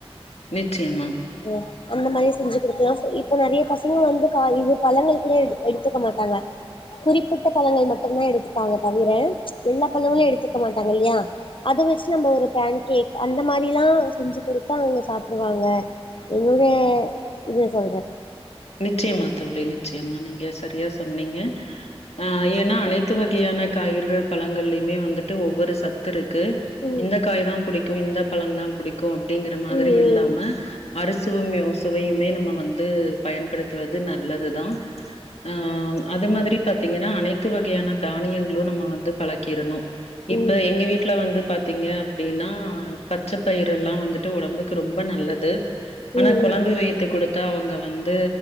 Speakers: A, on the left (about 80°); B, on the left (about 55°).
A: நிச்சயமா
B: ம் அந்த மாரி செஞ்சி குடுத்தா இப்ப நெறைய பசங்க வந்து கா இது பழங்கள் கூட எடு எடுத்துக்க மாட்டாங்க குறிப்பிட்ட பழங்கள் மட்டும்தா எடுத்துப்பாங்க தவிர எல்லா பழங்களு எடுத்துக்க மாட்டாங்க இல்லையா அத வெச்சி நம்ம ஒரு பேன் கேக் அந்த மாறில்லா செஞ்சி குடுத் தா அவுங்க சாப்புடுவாங்க என்னுடைய இத சொல்ற
A: நிச்சயமா தோழி நிச்சயமா நீங் க சரியா சொன்னைக ஆ ஏன்னா அனைத் துவகையானக் காய்கறிகள் பழங்களேமே வந்து து ஒவ்வொரு சத்துருக் கு
B: ம்
A: இந்த காய்தா புடிக் கும் இந்த பழந்தா பிடிக் கோ அப்டிங்கற மாதிரி
B: ம்
A: இல்லாம அறுசுவமே ஒ சுவையுமே நம்ம வந்து பயன்படுத்துவது நல்லது தா ஆ அது மாதிரி ரி பாத்தீங்கன்னா அனைத்து வகையான தானியங்களோ நம்ம வந்து பலக்கிருணோ இப்ப
B: ம்
A: எங்க வீட்ல வந்து பாத்தீங்க அப்டீன்னா பச்ச பயிருலாம் வந்துட்டு ஒடம்புக்கு ரொம்ப நல்லது ஆனா
B: ம்
A: கொலம்பு வெய்த்து குடுத் தா அவுங்க வந் து